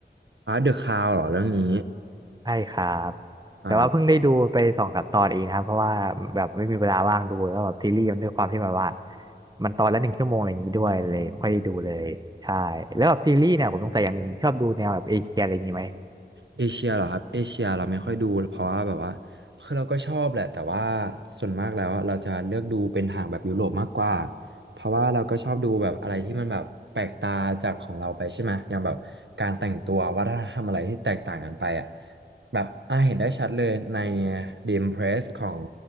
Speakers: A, on the right (about 80°); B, on the right (about 20°).
A: อ่าเดอะคราวเหรอเรื่องนี้
B: ใช่ครับ
A: อ่า
B: แต่ว่าเพิ่งได้ดูไปสองสามตอนเองนะครับเพราะว่าแบบไม่มีเวลาว่างดูแล้วแบบซีรีส์มันด้วยความที่แบบว่ามันตอนละหนึ่งชั่วโมงอะไรอย่างนี้ด้วยเลยไม่ค่อยได้ดูเลยใช่แล้วแบบซีรีส์เนี่ยผมสงสัยอย่างหนึ่งชอบดูแนวแบบเอเชียอะไรอย่างนี้ไหม
A: เอเชียเหรอครับเอเชียเราไม่ค่อยดูเพราะว่าแบบว่าคือเราก็ชอบแหละแต่ว่าส่วนมากแล้วอะเราจะเลือกดูเป็นทางแบบยุโรปมากกว่าเพราะว่าเราก็ชอบดูแบบอะไรที่มันแบบแปลกตาจากของเราไปใช่ไหมอย่างแบบการแต่งตัววัฒนธรรมอะไรที่แตกต่างกันไปอ่ะแบบอ่ะเห็นได้ชัดเลยใน The Impress ของ